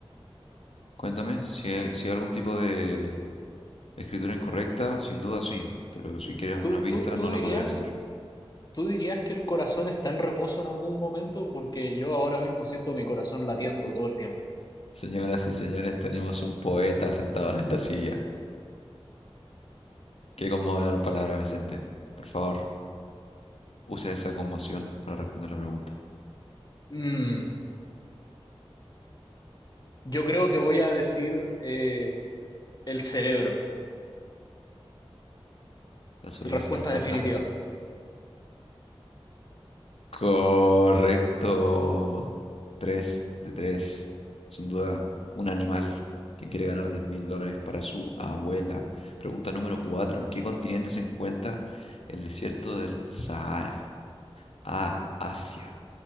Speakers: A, on the left; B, on the left.
A: Cuéntame si hay, si hay algún tipo de escritura incorrecta, sin duda sí, pero si quieres alguna
B: ¿Tú,
A: pista
B: tú, tú
A: no la
B: dirías,
A: podré hacer.
B: tú dirías que el corazón está en reposo en algún momento? Porque yo ahora mismo siento mi corazón latiendo todo el tiempo.
A: Señoras y señores, tenemos un poeta sentado en esta silla. Qué conmovedor palabras, Vicente. Por favor, use esa conmoción para responder la pregunta.
B: Mm, yo creo que voy a decir eh, el cerebro.
A: ¿Estás seguro
B: Respuesta
A: de esa respuesta?
B: definitiva.
A: Correcto. Tres de tres. Sin duda, un animal que quiere ganar diez mil dólares para su abuela. Pregunta número cuatro. ¿En qué continente se encuentra el desierto del Sahara? A. Asia.